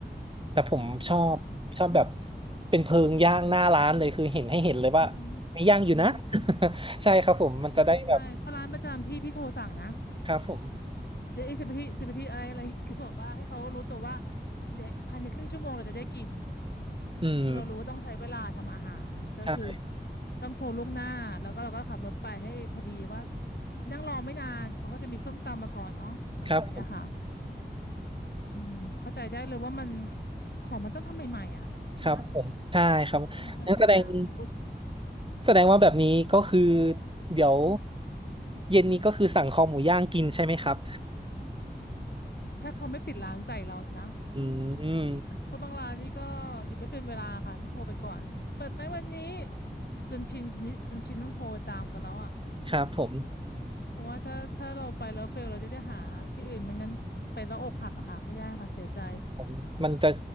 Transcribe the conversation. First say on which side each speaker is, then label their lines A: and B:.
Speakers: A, on the right; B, on the left.
A: แต่ผมชอบชอบแบบ
B: อืม
A: เป็นเพลิงย่างหน้าร้านเลยคือเห็นให้เห็นเลยว่า
B: อืม
A: มีย่างอยู่นะ
B: เนาะ
A: <laughs> ใช่ครับผมมันจะได้แบบ
B: ใช่ใช่เพราะร้านประจำพี่พี่โทรสั่งนะ
A: ครับผม
B: เดี๋ยวอีกสิบนาทีสิบนาทีอะไรอะไร <laughs> คือแบบว่าให้เขารู้ตัวว่าเดี๋ยวภายในครึ่งชั่วโมงเราจะได้กิน
A: อืม
B: คือเรารู้ว่าต้องใช้เวลาทำอาหารก็คือ
A: ใช่
B: ต้องโทรล่วงหน้าแล้วก็เราก็ขับรถไปให้พอดีว่า นั่งรอไม่นานเขาก็จะมีส้มตำมาก่อนเนาะอะไรอย่างเงี้ยค่ะ
A: ครับผม
B: อืมเข้าใจได้เลยว่ามันของมันต้องทำใหม่ๆอ่ะ
A: ครับผมใช่ครับนั่นแสดง
B: นะมันจะมาอุดกิน
A: แสดงว่าแบบนี้ก็คือเดี๋ยวเย็นนี้ก็คือสั่งคอหมูย่างกินใช่ไหมครับ
B: ถ้าเขาไม่ปิดร้านใส่เรานะ
A: <laughs> อืม
B: เพราะบางร้านนี่ก็อยู่ไม่เป็นเวลาค่ะต้องโทรไปก่อนเปิดไหมวันนี้จนชินจนนี้จนชินต้องโทรตามกันแล้วอ่ะ
A: ครับผม
B: เพราะว่าถ้าถ้าเราไปแล้วเฟลเราจะได้หาที่อื่นไม่งั้นไปแล้วอกหักอะค่ะไม่ได้ค่ะเสียใจ
A: ผมมันจะ